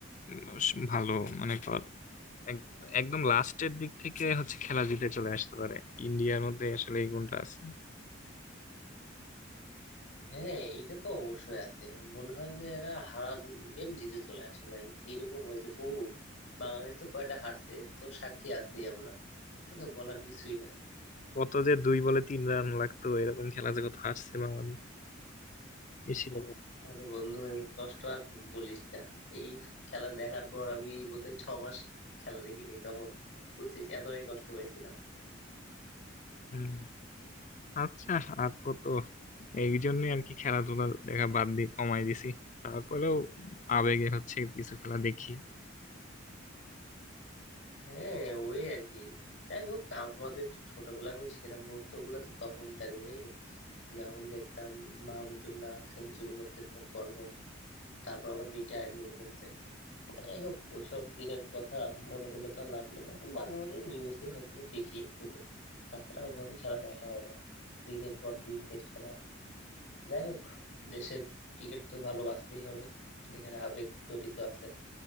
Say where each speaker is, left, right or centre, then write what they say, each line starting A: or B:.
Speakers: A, on the left; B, on the left.
A: উম, স- ভালো মনে কর এক- একদম লাস্টের দিক থেকে হচ্ছে খেলা জিতে চলে আসতে পারে ইন্ডিয়ার মধ্যে আসলে এই গুণটা আছে
B: হ্যাঁ এটা তো অবশ্যই আছে মনে হয় যে এরা হারা গেম জিতে চলে আসে ভাই এরকম হয়েছে বহু বাংলাদেশ তো কয়টা হারছে এর তো সাক্ষী আছি আমরা এটা তো বলার কিছুই না
A: কত যে দুই বলে তিন রান লাগতো এরকম খেলা যে কত হারছে বাংলাদেশ এশিয়া কাপে।
B: আরে বন্ধু এই কষ্ট আর বলিস না এই খেলা দেখার পর আমি বোধহয় ছ মাস খেলা দেখি নাই তখন বুঝছিস এতটাই কষ্ট পাইছিলাম
A: হুম। আচ্ছা আর কত এই জন্য আর কি খেলাধুলা দেখা বাদ দিয়ে কমাই দিছি তারপরেও আবেগে হচ্ছে কিছু খেলা দেখি
B: হ্যাঁ ওই আর কি যাই হোক আমাদের ছোটবেলার ওই সেরা মুহূর্ত গুলো তো তখনকারই রে যখন দেখতাম মাহমুদুল্লাহ সেঞ্চুরি করতেছে পর পর তারপর আবার রিটায়ার্ড নিয়ে ফেলছে যাই হোক ওইসব দিনের কথা মনে করলে তো আর লাভ নেই এখন মাঝে মাঝে নিউজে হয়তো বা দেখি একটু তাছাড়া ওভাবে খেলা দেখা হয় না দিনের পর দিন টেস্ট খেলা যাই হোক দেশের ক্রিকেট তো ভালোবাসতেই হবে এখানে আবেগ জড়িত আছে